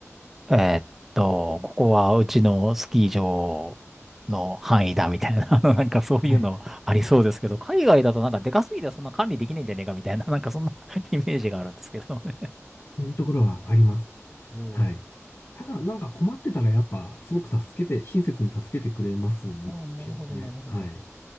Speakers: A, in the centre; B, on the left.
A: えーっと、ここはうちのスキー場の範囲だみたいな、<laughs> なんかそういうのありそうですけど、
B: はい。
A: 海外だとなんかでかすぎてそんな管理できねえんじゃねえかみたいな、なんかそんな <laughs> イメージがあるんですけどね。
B: こういうところはあります。
A: おー
B: はい。ただ、なんか困ってたらやっぱ、すごく助けて、親切に助けてくれますけどね。
A: ああ、なるほど、なるほど。
B: はい。